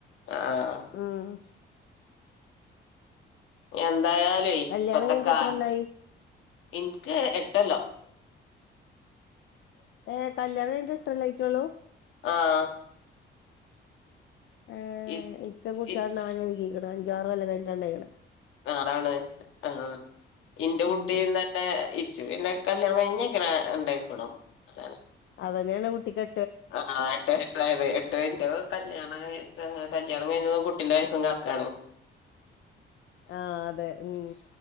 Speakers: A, on the left; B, on the left.
A: ആഹ്
B: ഉം
A: എന്തായാലും
B: കല്യാണം
A: ഇപ്പത്തെക്കൽ
B: കഴിഞ്ഞിട്ട് എത്ര കൊല്ലായി
A: എനിക്ക് എ ല്ലോ
B: ഏഹ് കല്ല്യാണം കഴിഞ്ഞ്ട്ട് എട്ടൊല്ലം ആയിറ്റൊള്ളൂ
A: ആഹ്
B: ഏഹ്
A: ഇ
B: ഇക്ക് കുട്ട്യാള്ണ്ടാവാന്
A: ഇച്ച്
B: വഴ്കീക്ക്ണ് അൻ ഞ്ചാറൊല്ലം കഴിഞ്ഞിട്ടാണ്ടായ്ക്ക്ണ്
A: അഹ് അതാണ് ആഹ് ഇന്റെ കുട്ടീം
B: ഉം
A: തന്നെ ഇച്ച് പിന്നെ കല്ല്യാണം കഴിഞ്ഞ ചെക്കനാ ഇണ്ടായിക്കോളും അതാണ്.
B: അതന്നേണ് കുട്ടിക്കെ
A: അഹ് ആഹ് എട്ട് വയസ്സായത് എ ട്ട് എന്റെ കല്യാണം കഴ് കല്യാണം കഴിഞ്ഞതും കുട്ടിന്റെ വയസ്സും കണക്കാണ്.
B: ആഹ് അതേ ഉം